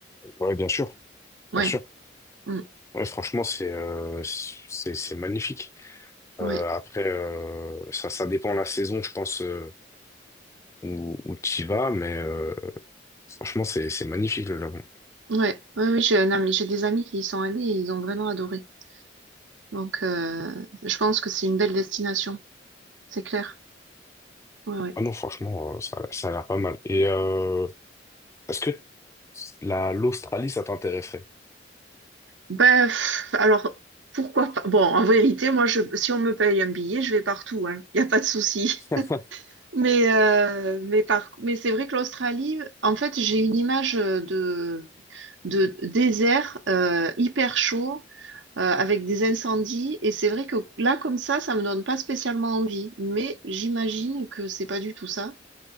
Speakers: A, on the left; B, on the right.
A: Ouais, bien sûr,
B: Ouais,
A: bien sûr.
B: Mm.
A: Ouais, franchement, c'est euh, c'est c'est magnifique.
B: ouais,
A: Euh, après, euh, ça ça dépend la saison, je pense euh, où où tu y vas, mais euh, franchement, c'est c'est magnifique le Japon.
B: ouais, ouais, oui. J'ai un ami- j'ai des amis qui y sont allés et ils ont vraiment adoré. Donc, euh, je pense que c'est une belle destination. C'est clair. Ouais, ouais.
A: Ah non, franchement, euh, ça a- ça a l'air pas mal. Et euh, est-ce que la l'Australie, ça t'intéresserait?
B: Ben, pff, alors pourquoi pas? Bon, en vérité, moi, je, si on me paye un billet, je vais partout. Hein. Il y a pas de souci.
A: <laughs>
B: Mais, euh, mais, par, mais c'est vrai que l'Australie, en fait, j'ai une image euh, de, de désert euh, hyper chaud euh, avec des incendies. Et c'est vrai que là, comme ça, ça me donne pas spécialement envie. Mais j'imagine que c'est pas du tout ça.